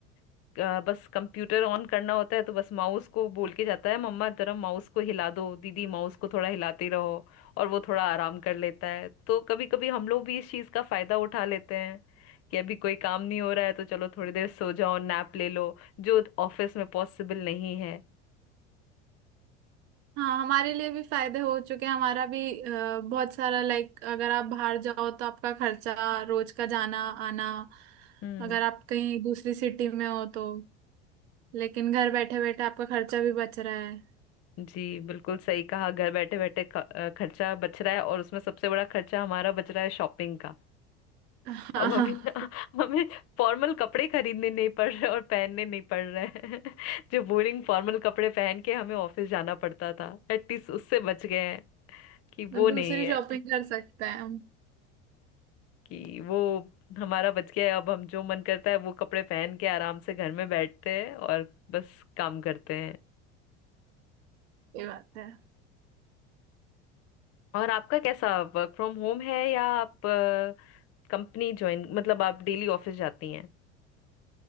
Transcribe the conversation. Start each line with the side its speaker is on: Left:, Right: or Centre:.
Left: अ, बस कंप्यूटर ऑन करना होता है तो बस माउस को बोल के जाता है मम्मा जरा माउस को हिला दो दीदी माउस को थोड़ा हिलाते रहो और वो थोड़ा आराम कर लेता है तो कभी कभी हम लोग भी इस चीज का फायदा उठा लेते हैं कि अभी कोई काम नहीं हो रहा है तो चलो थोड़ी देर सो जाओ नैप ले लो जो ऑफिस में पॉसिबल नहीं है
Right: हाँ हमारे लिए भी फायदे हो चुके हैं हमारा भी अ, बहुत सारा लाइक अगर आप बाहर जाओ तो आपका खर्चा रोज का जाना आना
Left: हम्म
Right: अगर आप कहीं दूसरी सिटी में हो तो लेकिन घर बैठे बैठे आपका खर्चा भी बच रहा है
Left: जी बिल्कुल सही कहा घर बैठे बैठे खर्चा बच रहा है और उसमें सबसे बड़ा खर्चा हमारा बच रहा है शॉपिंग का
Right: <laughs> हाँ
Left: अब हमें <laughs> हमें फॉर्मल कपड़े खरीदने नहीं पड़ रहे और पहनने नहीं पड़ रहे हैं <laughs> जो बोरिंग फॉर्मल कपड़े पहन के हमें ऑफिस जाना पड़ता था एटलीस्ट उससे बच गए हैं कि वो
Right: दूसरी
Left: नहीं है
Right: शॉपिंग कर सकते हैं हम
Left: कि वो हमारा बच गया है अब हम जो मन करता है वो कपड़े पहन के आराम से घर में बैठते हैं और बस काम करते हैं
Right: ये बात है।
Left: और आपका कैसा वर्क फ्रॉम होम है या आप कंपनी ज्वाइन मतलब आप डेली ऑफिस जाती हैं